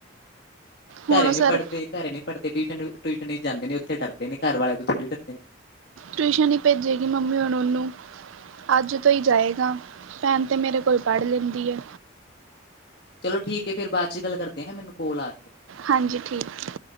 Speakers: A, on the right; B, on the left.
A: ਹੁਣ
B: ਘਰੇ
A: ਉਹ
B: ਨੀ
A: ਸਰ
B: ਪੜ੍ਹਦੇ ਘਰੇ ਨੀ ਪੜ੍ਹਦੇ ਟਿਊਸ਼ਨ ਟਿਊਸ਼ਨ ਜਾਂਦੇ ਨੇ ਉੱਥੇ ਡਰਦੇ ਨੇ ਘਰ ਵਾਲਿਆਂ ਤੋਂ ਥੋੜ੍ਹੀ ਡਰਦੇ ਨੇ
A: ਟਿਊਸ਼ਨ ਹੀ ਭੇਜੇਗੀ ਮੰਮੀ ਹੁਣ ਉਹਨੂੰ ਅੱਜ ਤੋਂ ਹੀ ਜਾਵੇਗਾ ਭੈਣ ਤਾਂ ਮੇਰੇ ਕੋਲ ਪੜ੍ਹ ਲੈਂਦੀ ਹੈ।
B: ਚਲੋ ਠੀਕ ਹੈ। ਫਿਰ ਬਾਦ ਚ ਗੱਲ ਕਰਦੇ ਹਾਂ ਮੈਨੂੰ ਕੋਲ ਆ ਰਈ।
A: ਹਾਂਜੀ ਠੀਕ।